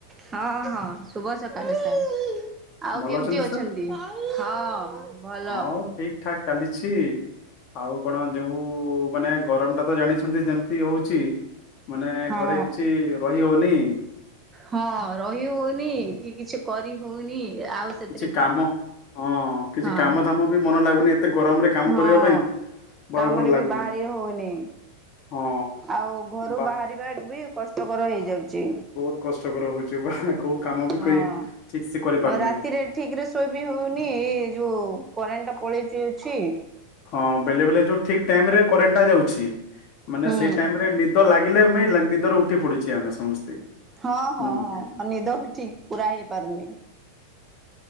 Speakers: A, on the right; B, on the left.
A: ହଁ ଶୁଭ ସକାଳ ସାର୍। ଆଉ
B: ଭଲ
A: କେମିତି ଅଛନ୍ତି
B: ସାର୍
A: ।ହଁ ଭଲ।
B: ହଁ ଠିକ ଠାକ୍ ଚାଲିଛି ଆଉ କଣ ଯବୁ ମାନେ ଗରମ ଟା ତ ଜାଣିଛନ୍ତି ଯେମତି ହଉଛି। ମାନେ
A: ହଁ
B: ଘରେ କିଛି ରହି ହଉନି
A: ହଁ ରହି ହଉନି କି କିଛି କରି ହଉନି ଆଉ ସେଥିରେ
B: କିଛି କାମ ହଁ କିଛି
A: ହଁ
B: କାମ ଧାମ ବି ମନ ଲାଗୁନି ଏତେ ଗରମରେ କାମ
A: ହଁ
B: କରିବା ପାଇଁ ବରା
A: କାମରେ
B: ଭଲ ଲାଗୁନି
A: ବି ବାହାରି ହଉନି
B: ହଁ
A: ଆଉ ଘରୁ
B: ବା
A: ବାହାରିବା ବି କଷ୍ଟକର ହେଇଯାଉ ଛି
B: ବହୁତ କଷ୍ଟକର ହଉଛି ବା କୋଉ କାମ ବି
A: ହଁ
B: କରି ଠିକ ସେ କରିପାରୁନି
A: ରାତିରେ ଠିକ ରେ ଶୋଇ ବି ହଉନି ଏ ଯୋଉ କରେଣ୍ଟ ଟା ପଳେଇ ଯାଉଛି
B: ହଁ ବେଳେବେଳେ ଯେଉଁ ଠିକ୍ ଟାଇମ ରେ କରେଣ୍ଟାଟା ଯାଉଛି ମାନେ
A: ହୁଁ
B: ସେଇ ଟାଇମ ରେ ନିଦ ଲାଗେ ଲାଗିଲେ ନେ ନିନ୍ଦ ରୁ ଉଠିପଡୁଛେ ଆମେ ସମସ୍ତେ
A: ହଁ ହଁ
B: ନୁହଁ
A: ହଁ
B: କି
A: ନିିଦ ବି ଠିକ ପୁରା ହେଇ ପାରୁନି